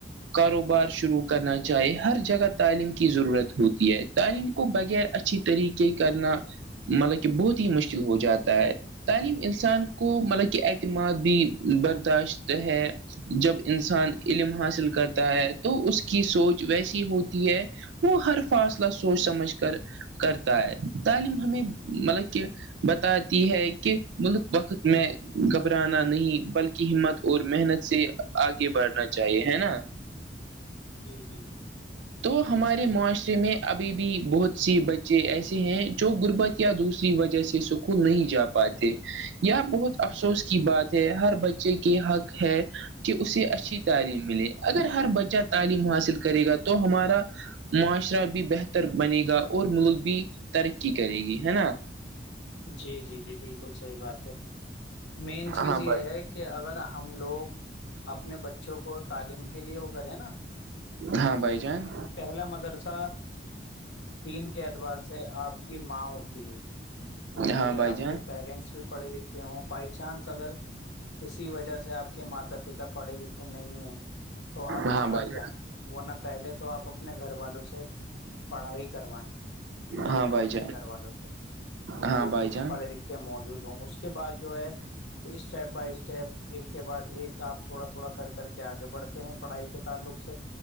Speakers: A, on the right; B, on the left.
A: کاروبار شروع کرنا چاہیے ہر جگہ تعلیم کی ضرورت ہوتی ہے تعلیم کو بغیر اچھی طریقے کرنا مطلب کہ بہت ہی مشکل ہو جاتا ہے تعلیم انسان کو مطلب کے اعتماد بھی برداشت ہے جب انسان علم حاصل کرتا ہے تو اس کی سوچ ویسی ہوتی ہے وہ ہر فاصلہ سوچ سمجھ کر کرتا ہے تعلیم ہمیں مطلب کہ بتا ہے کہ ملک وقت میں گھبرانا نہیں بلکہ ہمت اور محنت سے آگے بڑھنا چاہیے ہے نا
B: جی جی
A: تو ہمارے معاشرے میں ابھی بھی بہت سی بچے ایسے ہیں جو غربت یا دوسری وجہ سے سکول نہیں جا پاتے یہ بہت افسوس کی بات ہے ہر بچے کی حق ہے کہ اسے اچھی تعلیم ملے اگر ہر بچہ تعلیم حاصل کرے گا تو ہمارا معاشرہ بھی بہتر بنے گا اور ملک بھی ترقی کرے گی ہے نا
B: جی جی جی بالکل صحیح بات ہے مین چیز
A: ہاں
B: یہ
A: بھائی
B: ہے کہ اگر ہم لوگ اپنے بچوں کو تعلیم کے لیے وہ کریں نا
A: ہاں بھائی جان
B: <unintelligible> پہلا مدرسہ دین کے اعتبار سے آپ کی ماں ہوتی ہے اس لیے
A: ہاں بھائی
B: آپ
A: جان
B: کے پیرنٹس بھی پڑے لکھے ہوں بائی چانس اگر کسی وجہ سے آپ کے ماتا پتا پڑھے لکھے نہیں ہیں تو آپ
A: ہاں
B: باہر
A: بھائی
B: جائیں ورنہ پہلے تو آپ اپنے گھر والوں سے پڑھائی کر ہے پڑھے
A: ہاں بھائی
B: اپنے
A: جان
B: گھر والوں سے
A: ہاں
B: جو
A: بھائی
B: کہ
A: جان
B: پڑھے لکھے موجود ہوں اس کے بعد جو ہے اسٹیپ بائی اسٹیپ ایک کے بعد ایک آپ تھوڑا تھوڑا کر کر کے آگے بڑھتے رہ پڑھائی کے تعلق سے